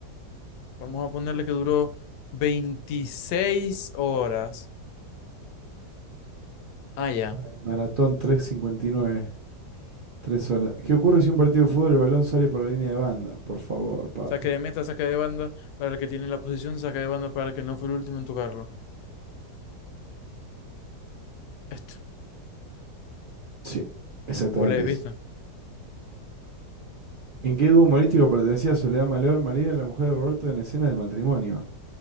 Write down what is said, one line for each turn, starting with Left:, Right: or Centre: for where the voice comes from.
Left: Vamos a ponerle que duró 26 horas. Ah, ya.
Right: En Maratón tres cincuenta y nueve, tres horas. ¿Qué ocurre si un partido de fútbol el balón sale por la línea de banda? Por favor, papi.
Left: Saque de meta, saque de banda para el que tiene la posición, saque de banda para el que no fue el último en tocarlo. Esto.
Right: Sí, exactamente
Left: Volé,
Right: eso.
Left: ¿viste?
Right: ¿En qué dúo humorístico pertenecía Soledad Maleor, Marina, la mujer de Roberto, en escena de matrimonio?